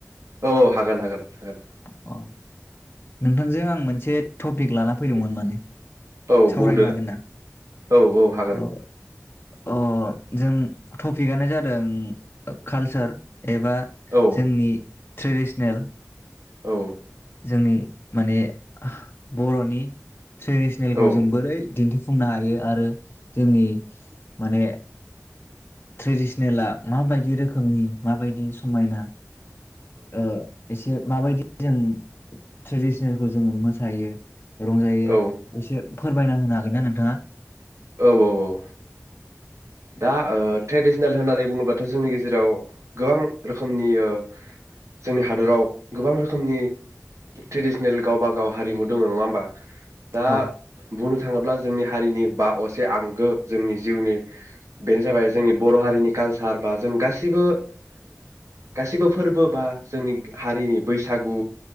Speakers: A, on the right (about 65°); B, on the left (about 40°).
A: औ औ हागोन हागोन हागोन।
B: औ नोंथांजों आं मोनसे टपिक लाना फैदोंमोन माने
A: औ
B: सावरायनो
A: बुंदो
B: हागोन ना
A: औ औ हागोन।
B: अ अ जों टपिकआनो जादों कालचार एबा
A: औ
B: जोंनि ट्रेडिसनेल
A: औ
B: जोंनि माने आं बरनि ट्रेडिसनेलखौ
A: औ
B: जों बोरै दिन्थि फुंनो हायो आरो जोंनि माने ट्रेडिसनेला माबायदि रोखोमनि माबायदि समायना ओ एसे माबायदि जों ट्रेडिसनेलखौ जोङो मोसायो रंजायो
A: औ
B: एसे फोरमायना होनो हागोन ना नोंथाङा?
A: औ औ औ दा ओ ट्रेडिसनेल होननानै बुङोब्लाथ जोंनि गेजेराव गोबां रोखोमनि ओ जोंनि हादराव गोबां रोखोमनि ट्रेडिसनेल गावबा गाव हारिमु दङ नङा होमबा? दा
B: औ
A: बुंनो थाङोब्ला जोंनि हारिनि बा असे आंगो जोंनि जिउनि बेनो जाबाय जोंनि बर हारिनि कालचार बा जों गाैबो गाैबो फोरबो बा जोंनि हारिनि बैसागु